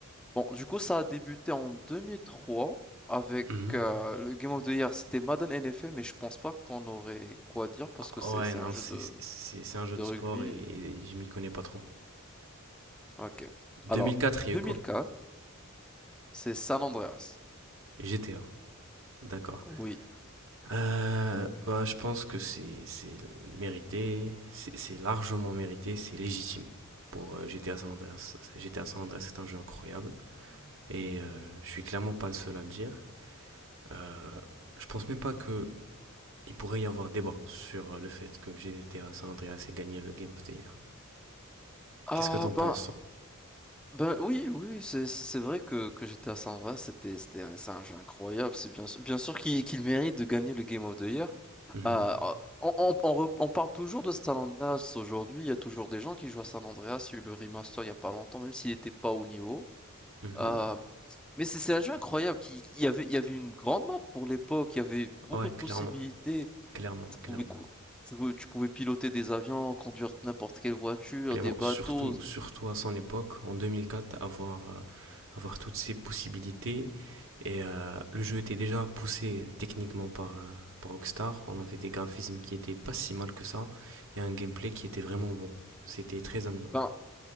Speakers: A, in the centre; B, on the right (about 65°).
A: Bon, du coup, ça a débuté en 2003 avec
B: mhm.
A: euh, le Game of the Year. C'était Madden NFL, mais je pense pas qu'on aurait quoi dire parce
B: Ah,
A: que c'est
B: Ouais,
A: c'est
B: non,
A: un jeu
B: c'est,
A: de,
B: c'est, c'est un jeu
A: de
B: de
A: rugby.
B: sport et, et je m'y connais pas trop.
A: Ok.
B: 2004,
A: Alors, 2004,
B: il y a eu quoi?
A: c'est San Andreas.
B: GTA, d'accord.
A: Oui.
B: Euh, bah, je pense que c'est, c'est mérité, c'est, c'est largement mérité, c'est légitime pour euh, GTA San Andreas. GTA San Andreas est un jeu incroyable et euh, je suis clairement pas le seul à le dire. Euh, je pense même pas que il pourrait y avoir débat sur euh, le fait que GTA San Andreas ait gagné le Game of the Year.
A: Ah
B: Qu'est-ce que t'en penses
A: ben
B: toi
A: ben oui oui oui, c'est c'est c'est vrai que que j'étais à San Andreas. C'était c'était un- c'est un jeu incroyable. C'est bien sûr- bien sûr qu'il qu'il mérite de gagner le Game of the Year.
B: Mhm,
A: Bah, euh, on, on, on rep- on parle toujours de San Andreas aujourd'hui. Il y a toujours des gens qui jouent à San Andreas. Il y a eu le remaster il y a pas longtemps, même s'il n'était pas au niveau.
B: mhm.
A: Euh, mais c'est c'est un jeu incroyable. Qui, il y avait, il y avait une grande map pour l'époque. Il y avait beaucoup
B: Ouais,
A: de
B: clairement,
A: possibilités.
B: clairement,
A: Tu
B: clairement.
A: pouvais, cou- tu, pouvais tu pouvais piloter des avions, conduire n'importe quelle voiture,
B: Clairement,
A: des bateaux.
B: surtout, surtout à son époque, en 2004, avoir, euh, avoir toutes ces possibilités. Et euh, le jeu était déjà poussé techniquement par, euh, par Rockstar. On avait des graphismes qui étaient pas si mal que ça et un gameplay qui était vraiment bon. C'était très amusant.
A: Ben,